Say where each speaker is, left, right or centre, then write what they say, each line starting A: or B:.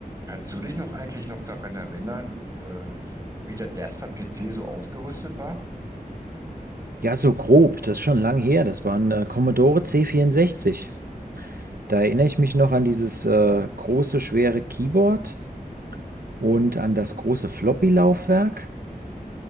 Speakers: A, on the right; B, on the right.
A: Kannst du dich noch eigentlich noch daran erinnern, äh, wie dein erster PC so ausgerüstet war?
B: Ja, so grob, das ist schon lang her. Das waren äh, Commodore C64. Da erinnere ich mich noch an dieses äh, große, schwere Keyboard und an das große Floppy-Laufwerk.